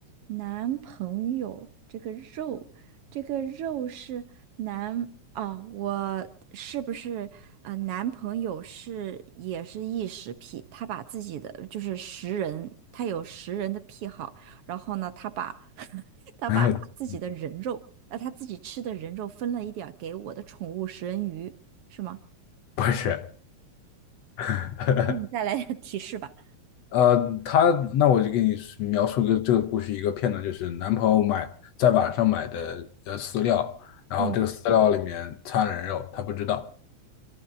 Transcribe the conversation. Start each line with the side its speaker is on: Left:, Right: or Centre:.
Right: 男朋友这个肉，这个肉是男哦，我是不是啊？男朋友是也是异食癖，他把自己的就是食人，他有食人的癖好，然后呢，他把 <laughs> 他把他自己的人肉，
Left: <laughs>
Right: 呃，他自己吃的人肉分了一点儿给我的宠物食人鱼，是吗？
Left: 不是。<laughs>
Right: 那你再来点儿提示吧。
Left: 呃，他那我就给你描述一个这个故事一个片段，就是男朋友买在网上买的呃饲料，然后这个饲料里面掺人肉，
Right: 嗯，
Left: 他不知道。